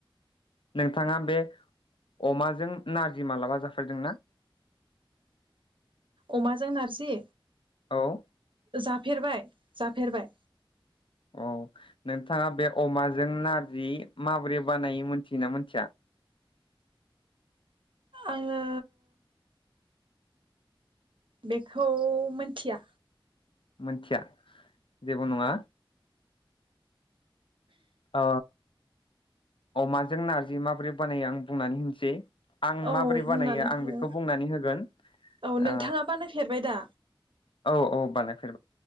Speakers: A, on the left (about 70°); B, on the right (about 65°).
A: नोंथाङा बे अमाजों नारजि मालाबा जाफेरदोंना?
B: अमाजों नारजि
A: औ
B: जाफेरबाय जाफेरबाय
A: औ नोंथाङा बे अमाजों नारजि माबोरै बानायो मोनथियो ना मोनथिया?
B: आङो बेखौ मिथिया
A: मोनथिया जेबो नङा औ अमाजों नारजि माबोरै बानायो आं बुंनानै होनोसै आं
B: औ
A: माबोरै
B: बुंनानै
A: बानायो आं
B: हो
A: बेखौ बुंनानै होगोन
B: औ नोंथाङा
A: ओ
B: बानायफेरबाय दा
A: औ औ बानायफेर